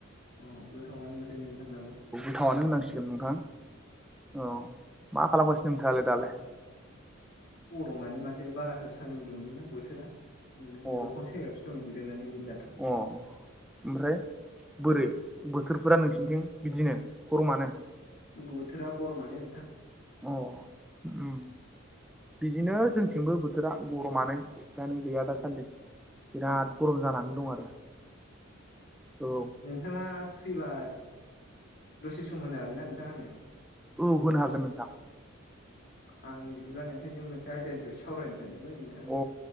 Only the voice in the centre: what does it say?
गोथावनो होनांसिगोन नोंथां औ मा खालामगासिनो नोंथाङालाय दालाय।
अ
अ ओमफ्राय बोरै बोथोरफोरा नोंसिनिथिं बिदिनो गरमानो।
अ उम बिदिनो जोंथिंबो बोथोरा गरमानो। दानि गैया
दासान्दि बिराद
गरम जानानै दं आरो। औ
औ होनो हागोन नोंथां।
अ